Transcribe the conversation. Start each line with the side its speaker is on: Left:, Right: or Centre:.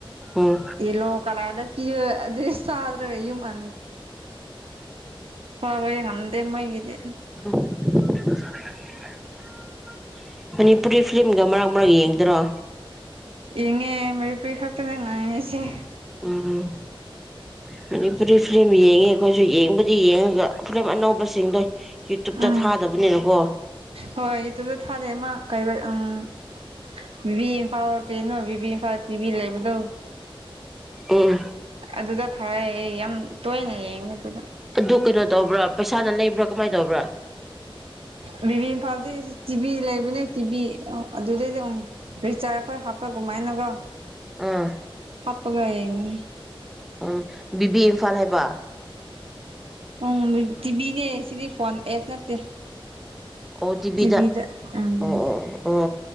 Centre: ꯎꯝ
Right: ꯂꯣ ꯀꯂꯥꯗ ꯄ ꯑꯗꯨ ꯁꯥꯗ꯭ꯔꯝ ꯃ ꯐꯕꯣꯏ ꯉꯗꯦ ꯃꯣꯏꯒꯤꯗꯦ
Centre: <unintelligible> ꯃꯅꯤꯄꯨꯔꯤ ꯐꯤꯤꯂꯝꯒ ꯃꯔꯛ ꯃꯔꯛ ꯌꯦꯡꯗꯔꯣ
Right: ꯌꯦꯡꯉꯦ ꯃꯔꯤꯄꯨꯔꯤ ꯈꯛꯇꯅꯦ ꯉꯥꯏꯔꯤꯁꯦ
Centre: ꯎꯝ ꯃꯅꯤꯄꯨꯔꯤ ꯐꯤꯂꯝ ꯌꯦꯡꯉꯦ ꯑꯩ ꯀꯣꯏꯁꯨ ꯌꯦꯡꯕ ꯗꯤ ꯌꯦꯡꯉꯒ ꯐꯂꯝ ꯑꯅꯧꯕꯁꯤꯡꯗꯣ ꯌꯨꯇꯨꯕꯇ
Right: ꯎꯝ
Centre: ꯊꯥꯗꯕꯅꯤꯅꯀꯣ
Right: ꯍꯣꯏ ꯏꯇꯁꯨ ꯊꯥꯔꯦ ꯃꯥ ꯀ ꯎꯝ ꯏꯝꯐꯥꯎ ꯀꯩꯅꯣ ꯕꯤꯕꯤ ꯏꯝꯐꯥꯜ ꯇꯤꯚꯤ ꯂꯩꯕꯗꯣ
Centre: ꯎꯝ
Right: ꯑꯗꯨꯗ ꯊꯔꯦ ꯑꯩ ꯌꯥꯝ ꯇꯣꯏꯅ ꯌꯦꯡꯉꯤꯗꯨꯗ
Centre: ꯑꯗꯨ ꯀꯩꯅꯣ ꯇꯧꯕ꯭ꯔꯥ ꯄꯩꯁꯥꯅ ꯂꯩꯕ꯭ꯔꯥ ꯀꯃꯥꯏꯅ ꯇꯧꯕ꯭ꯔꯥ
Right: ꯕꯤꯕꯤ ꯏꯝꯐꯥꯜꯗꯤ ꯇꯤꯚꯤ ꯂꯩꯕꯅꯦ ꯇꯤꯚꯤ ꯑꯗꯨꯗꯩꯗꯤ ꯑꯃ ꯔꯤꯆꯥꯔꯖ ꯈꯔ ꯍꯥꯞꯄ ꯀꯃꯥꯏꯅꯒ
Centre: ꯑꯥ
Right: ꯍꯥꯄꯒ ꯌꯦꯅꯤ
Centre: ꯎꯝ ꯕꯤꯕꯤ ꯏꯝꯐꯥꯜ ꯍꯥꯏꯕ
Right: ꯎꯝ ꯇꯤꯚꯤꯅꯦ ꯁꯤꯗꯤ ꯐꯣꯟ ꯑꯦꯞ ꯅꯠꯇ
Centre: ꯑꯣ ꯇꯤꯚꯤꯗ
Right: ꯇꯤꯕꯤꯤꯗ ꯎꯝ
Centre: ꯑꯣ
Right: ꯎꯝ
Centre: ꯑꯣ ꯑꯣ